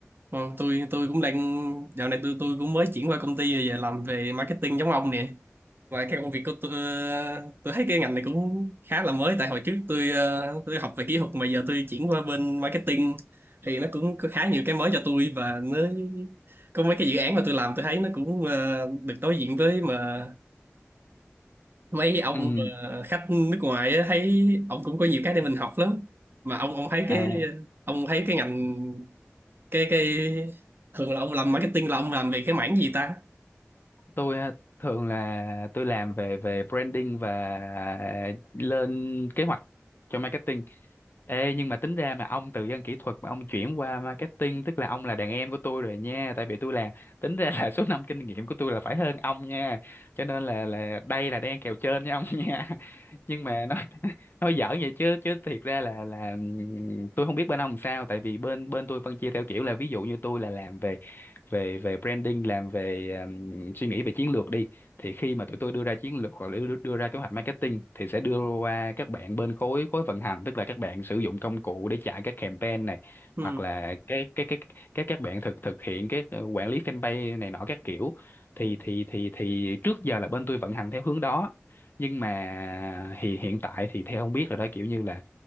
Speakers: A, on the right; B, on the left.
A: Ờ, tôi tôi cũng đang dạo này tôi tôi cũng mới chuyển qua công ty rồi giờ làm về marketing giống ông nè. Và cái công việc của tôi ờ, tôi thấy cái ngành này cũng khá là mới tại hồi trước tôi ờ, tôi học về kỹ thuật mà giờ tôi chuyển qua bên marketing thì nó cũng có khá nhiều cái mới cho tôi và nó có mấy cái dự án mà tôi làm tôi thấy nó cũng ờ, được đối diện với mà mấy ông
B: Ừ,
A: ờ, khách nước ngoài á, thấy ông cũng có nhiều cái để mình học lắm mà ông ông thấy
B: à
A: cái ông thấy cái ngành cái cái thường là ông làm marketing là ông làm về cái mảng gì ta
B: tôi á, thường là tôi làm về về branding và lên kế hoạch cho marketing Ê, nhưng mà tính ra mà ông từ dân kỹ thuật mà ông chuyển qua marketing tức là ông là đàn em của tôi rồi nha tại vì tôi là tính ra là <laughs> số năm kinh nghiệm của tôi là phải hơn ông nha cho nên là là đây là đang kèo trên với ông nha <laughs> nhưng mà nói <laughs> nói giỡn vậy chứ chứ thiệt ra là là ừm, tôi không biết bên ông sao tại vì bên bên tôi phân chia theo kiểu là ví dụ như tôi là làm về về về branding làm về suy nghĩ về chiến lược đi thì khi mà tụi tôi đưa ra chiến lược hoặc là đưa, đưa ra kế hoạch marketing thì sẽ đưa qua các bạn bên khối khối vận hành tức là các bạn sử dụng công cụ để chạy các campaign này
A: ừ.
B: hoặc là cái cái cái các các bạn thực thực hiện cái quản lý fanpage này nọ các kiểu thì thì thì thì trước giờ là bên tôi vận hành theo hướng đó nhưng mà thì hiện tại thì theo không biết rồi đó kiểu như là